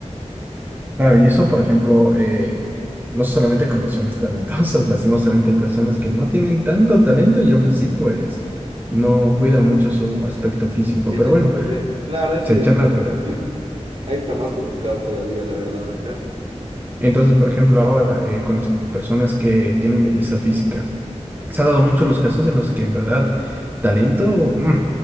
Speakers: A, on the right; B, on the right.
A: Claro, y eso, por ejemplo, eh, no solamente con personas talentosas, <laughs> lastimosamente hay personas que no tienen tanto talento y aún así, pues, no cuidan mucho su aspecto físico,
B: se
A: pero
B: echan
A: bueno,
B: a perder. Claro, eso
A: se
B: ya,
A: echan a perder.
B: <laughs> ahí está más complicado todavía, la verdad, ajá.
A: Entonces, por ejemplo, ahora, eh, con las personas que tienen belleza física, se ha dado muchos los casos en los que en verdad talento, mm,